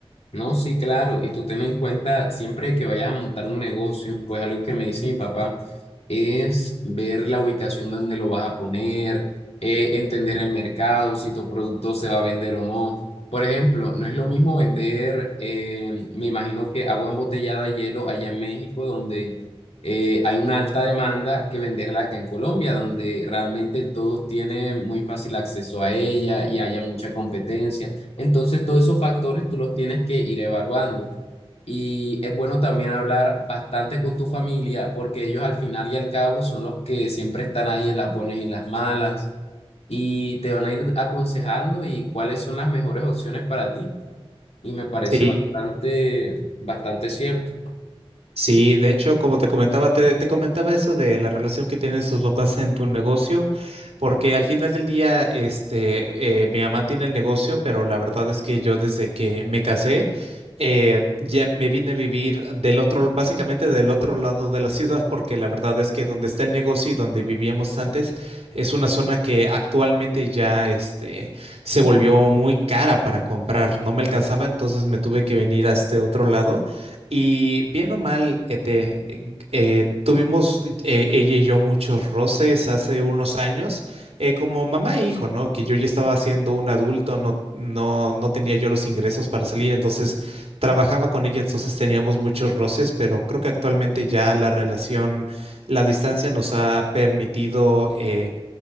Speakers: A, on the left (about 80°); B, on the right (about 85°).
A: No, sí, claro, y tú ten en cuenta, siempre que vayas a montar un negocio, pues algo que me dice mi papá es ver la ubicación donde lo vas a poner, eh, entender el mercado, si tu producto se va a vender o no. Por ejemplo, no es lo mismo vender, eh, me imagino que agua embotellada de hielo allá en México, donde eh, hay una alta demanda, que venderla acá en Colombia, donde realmente todos tienen muy fácil acceso a ella y haya mucha competencia. Entonces, todos esos factores tú los tienes que ir evaluando. Y es bueno también hablar bastante con tu familia, porque ellos al final y al cabo son los que siempre están ahí en las buenas y en las malas, y te van a ir aconsejando y cuáles son las mejores opciones para ti. Y me parece
B: Sí,
A: bastante, bastante cierto.
B: Sí, de hecho, como te comentaba, te, te comentaba eso de la relación que tienen sus papás en tu negocio, porque al final del día, este, eh, mi mamá tiene el negocio, pero la verdad es que yo desde que me casé, eh, ya me vine a vivir del otro, básicamente del otro lado de la <laughs> ciudad, porque la verdad es que donde está el negocio y donde vivíamos antes es una zona que actualmente ya, este, se volvió muy cara para comprar, no me alcanzaba, entonces me tuve que venir a este otro lado. Y bien o mal, este, eh, eh, tuvimos eh, ella y yo muchos roces hace unos años, eh, como mamá e hijo, ¿no? Que yo ya estaba siendo un adulto, no, no, no tenía yo los ingresos para salir, entonces trabajaba con ella, entonces teníamos muchos roces, pero creo que actualmente ya la relación, la distancia nos ha permitido eh,